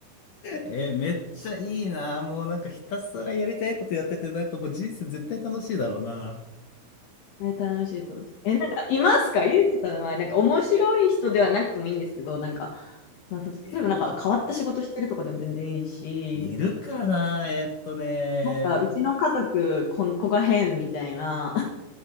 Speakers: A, on the left (about 80°); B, on the left (about 65°).
A: えーめっちゃいいな。もうなんかひたすらやりたいことやってて、なんかもう人生絶対楽しいだろうな。
B: あれ楽しいと思うんす。え、なんか、いますかユージさんは、なんか、面白い人ではなくてもいいんですけど、なんか、まあ、
A: えー
B: 例えば、なんか、変わった仕事してるとかでも全然いいし、
A: いるかなえーっとね。
B: なんか、うちの家族、こん、子が変みたいな、